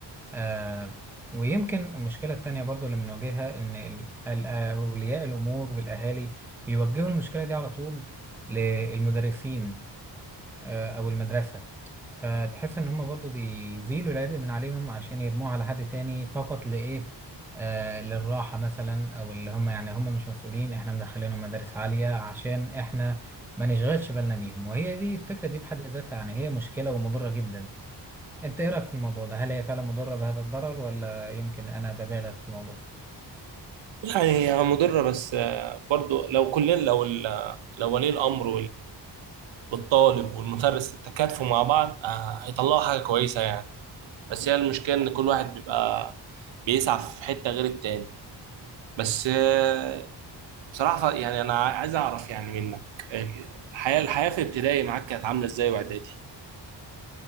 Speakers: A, in the centre; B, on the right (about 90°).
A: آه ويمكن المشكلة التانية برضو اللي بنواجهها إن ال- ال- أولياء الأمور والأهالي بيوجهوا المشكلة دي على طول للمدرسين آه أو المدرسة فتحس إن هما برضو بيزيلوا العبء من عليهم عشان يرموه على حد تاني فقط لإيه آه للراحة مثلا أو اللي هما يعني هما مش مسؤولين إحنا مدخلينهم مدارس عالية عشان إحنا ما نشغلش بالنا بيهم وهي دي الفكرة دي بحد ذاتها يعني هي مشكلة ومضرة جدا انت ايه رايك في الموضوع ده هل هي فعلا مضره بهذا الضرر ولا يمكن انا ببالغ في الموضوع
B: يعني هي مضره بس آه، برضه لو كلنا لو ال- لو ولي الامر والطالب والمدرس تكاتفوا مع بعض آه، هيطلعوا حاجة كويسة يعني بس هي المشكلة إن كل واحد بيبقى بيسعى في حتة غير التاني بس آه، بصراحة يعني أنا عايز أعرف يعني منك آه، الحياة الحياة في ابتدائي معاك كانت عاملة إزاي وإعدادي؟